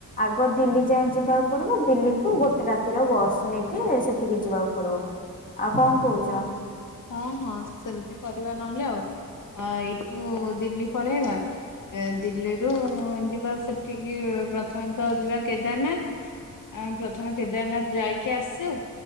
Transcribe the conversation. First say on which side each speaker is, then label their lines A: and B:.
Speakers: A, on the left; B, on the left.
A: ଆଗ ଦିଲ୍ଲୀ ଯାଁଏ ଯିବାକୁ ପଡିବ ଦିଲ୍ଲୀ ଠୁ ଗୋଟେ ରାତିର ବସ ନେଇକି ସେଠିକି ଯିବାକୁ ପଡିବ। ଆଉ କଣ କହୁଚ?
B: ହଁ ହଁ ସେମିତି କରିବା ନହେଲେ ଆଉ। ଅ ଏଇଠୁ ଦିଲ୍ଲୀ ପଳେଇବା। ଏ ଦିଲ୍ଲୀରୁ ଯିବା ସେଠିକି, ପ୍ରଥମତଃ ଯିବା କେଦାରନାଥ। ଆମେ ପ୍ରଥମେ କେଦାରନାଥ ଯାଇକି ଆସୁ